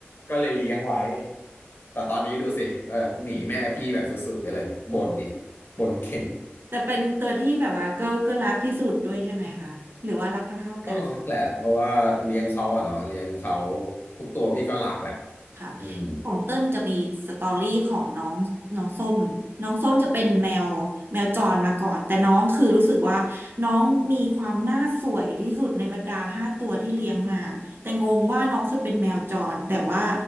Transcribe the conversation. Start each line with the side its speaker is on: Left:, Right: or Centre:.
Left: ก็เลยเลี้ยงไว้แต่ตอนนี้ดูสิเออหนีแม่พี่แบบสุดๆไปเลยบ่นอีกบ่นเก่ง
Right: แต่เป็นตัวที่แบบว่าก็ก็รักที่สุดด้วยใช่ไหมคะหรือว่ารักเท่าๆกัน
Left: ก็รักแหละเพราะว่าเลี้ยงเขาอะเนาะเลี้ยงเขาทุกตัวพี่ก็รักแหละ
Right: ค่ะ
Left: อืม
Right: ของเติ้ลจะมีสตอรี่ของน้องน้องส้มน้องส้มจะเป็นแมวแมวจรมาก่อน แต่น้องคือรู้สึกว่าน้องมีความน่าสวยที่สุดในบรรดาห้าตัวที่เลี้ยงมา แต่งงว่าน้องเคยเป็นแมวจรแต่ว่า